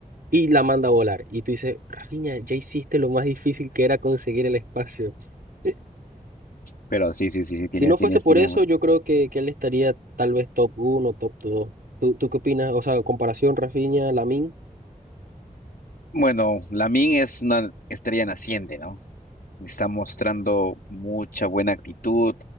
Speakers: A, on the right; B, on the left.
A: y la manda a volar. Y tú dices, Rafinha, ya hiciste lo más difícil que era conseguir el espacio. <laughs>
B: Pero sí, sí, sí, sí, tienes,
A: Si no fuese
B: tienes,
A: por
B: tienes,
A: eso, yo creo que, que él estaría tal vez top 1, top dos ¿Tú, tú qué opinas? O sea, comparación Rafinha, Lamin
B: Bueno, Lamine es una estrella naciente, ¿no? Está mostrando mucha buena actitud,